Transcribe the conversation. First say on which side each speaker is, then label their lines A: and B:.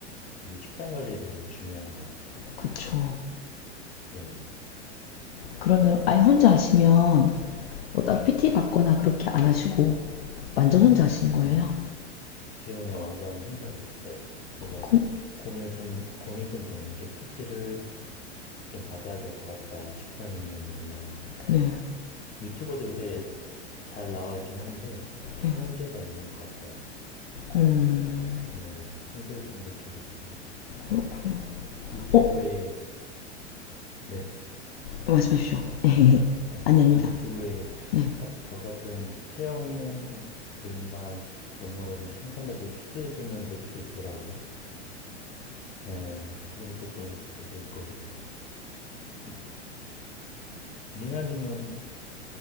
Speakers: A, on the left (about 20°); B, on the left (about 55°).
A: 이 식단 관리도 그래서 중요한 것 같아요.
B: 그쵸.
A: 네,
B: 그러면 아예 혼자 하시면 뭐 따로
A: 네,
B: PT 받거나 그렇게 안 하시고 완전 혼자 하시는 거예요?
A: 네. 지금 그냥 완전 혼자 하고 있어요. 그래서
B: 그럼,
A: 고민을 좀, 고민이 좀 되는 게 PT를 받긴 받아야 될 것 같다. 식단이면 뭐면.
B: 네,
A: 유튜버도 요새 잘 나와 있긴 한데, 좀
B: 네.
A: 한계가 있는 것 같더라.
B: 음,
A: 네, 한계를 좀 느끼고 있습니다.
B: 그렇구나.
A: 유튜브에,
B: 어,
A: 네,
B: 말씀하십시오.
A: 아,
B: <laughs> 아니,
A: 말씀하세요. 아, 네.
B: 아닙니다.
A: 아, 유튜브에
B: 네.
A: 딱 저 같은 체형들만 전문으로 이제 상담해주고 PT해주는 데도 또 있더라고요. 어, 그런 것도 또 보고 있고 그래요. 네. 미나님은